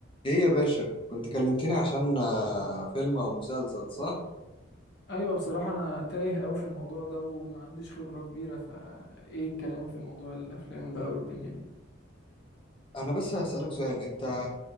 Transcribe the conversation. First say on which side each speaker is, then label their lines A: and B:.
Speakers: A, on the left (about 25°); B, on the left (about 55°).
A: ايه يا باشا كنت كلمتني عشان آه، فيلم او مسلسل صح
B: ايوه بصراحة انا تايه قوي في الموضوع ده وما عنديش خبرة كبيرة فايه الكلام في موضوع الافلام بقى والدنيا دي
A: انا بس هسألك سؤال انت